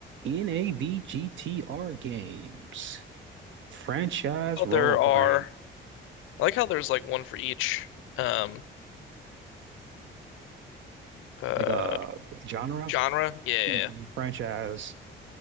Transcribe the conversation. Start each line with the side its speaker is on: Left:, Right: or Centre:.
Right: NAVGTR games, franchise
Left: how
Right: role
Left: there
Right: playing,
Left: are I like how there's like one for each um uh
Right: like uh like genre,
Left: genre. Yeah, yeah,
Right: Hmm,
Left: yeah.
Right: franchise,